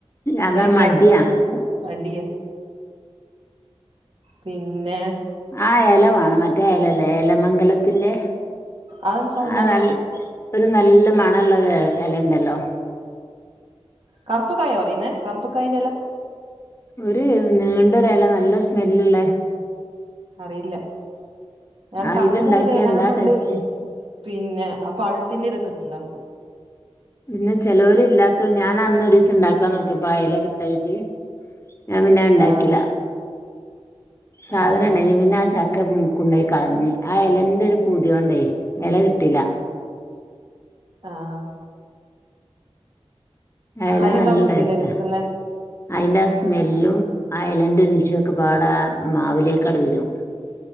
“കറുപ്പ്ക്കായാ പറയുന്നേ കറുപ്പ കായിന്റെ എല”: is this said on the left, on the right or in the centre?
Right